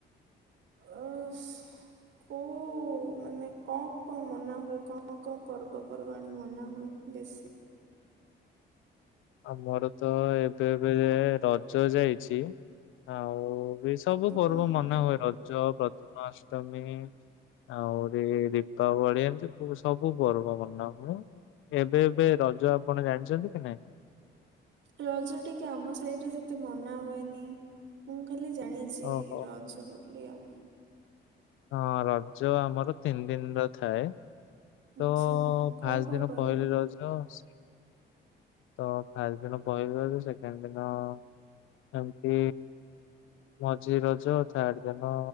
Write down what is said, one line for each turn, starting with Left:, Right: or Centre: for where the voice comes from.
Right: ଅସ୍ କୋଉ ଉ ମାନେ କଣ କଣ ମନା ହୁଏ କଣ କଣ ପର୍ବପର୍ବାଣୀ ମନା ହୁଏ ବେଶୀ।
Left: ଆମର ତ ଏବେ ଏବେ ଯାଏ ରଜ ଯାଇଛି ଆଉ ଏଇ ସବୁ ପର୍ବ
Right: ହଁ,
Left: ମନା ହୁଏ ରଜ, ପ୍ରଥମାଷ୍ଟମୀ ଆହୁରି ଦୀପାବଳି ଏମତି ସବୁ ପର୍ବ ମନା ହୁଏ। ଏବେ ଏବେ ରଜ ଆପଣ ଜାଣିଚନ୍ତି କି ନାଇଁ?
Right: ରଜ ଟିକେ ଆମ ସାଇଡରେ ସେତେ ମନା ହୁଏନି ମୁଁ ଖାଲି ଜାଣି ଚି
Left: ଓହୋ
Right: ରଜ ବୋଲି ଆଉ।
Left: ହଁ ରଜ ଆମର ତିନି ଦିନର ଥାଏ।
Right: ଆଚ୍ଛା
Left: ତ ଫାଷ୍ଟ
Right: କଣ କଣ
Left: ଦିନ
Right: କର?
Left: ପହିଲି ରଜ, ସେ ତ ଫାଷ୍ଟ ଦିନ ପହିଲି ରଜ ସେକେଣ୍ଡ ଦିନ ଏମତି ମଝି ରଜ ଥାଡ ଦିନ